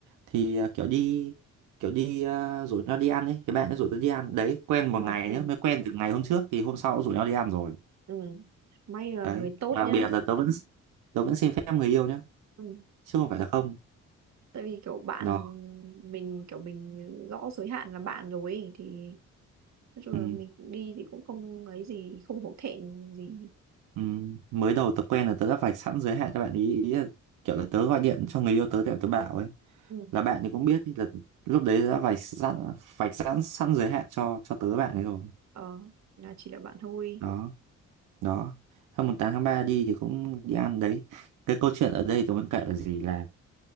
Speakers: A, on the right; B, on the right.
A: thì ờ, kiểu đi kiểu đi ờ, rủ nhau đi ăn ấy thì bạn ấy rủ tớ đi ăn đấy quen một
B: ừ,
A: ngày
B: ừ,
A: nhá mới quen từ ngày hôm trước thì hôm sau cũng rủ nhau đi ăn rồi
B: ừ. May là
A: đấy
B: người tốt
A: đặc
B: nhá.
A: biệt là tớ vẫn tớ vẫn xin phép người yêu nhá
B: Ừ.
A: chứ không phải là không
B: Tại vì kiểu bạn
A: đó
B: mình kiểu mình rõ giới hạn là bạn rồi ấy, thì nói chung
A: ừ.
B: là mình cũng đi thì cũng không ấy gì, không hổ thẹn gì.
A: Ừ. mới đầu tớ quen là tớ đã vạch sẵn giới hạn cho bạn ý ý là kiểu là tớ gọi điện cho người yêu tớ để tớ bảo ấy
B: Ừ.
A: là bạn thì cũng biết ý là lúc đấy đã vạch sẵn vạch sẵn sẵn giới hạn cho cho tớ bạn ấy rồi
B: Ờ, là chỉ là bạn thôi.
A: đó đó hôm mùng 8 tháng 3 đi thì cũng đi ăn đấy cái câu chuyện ở đây tôi muốn kể là gì là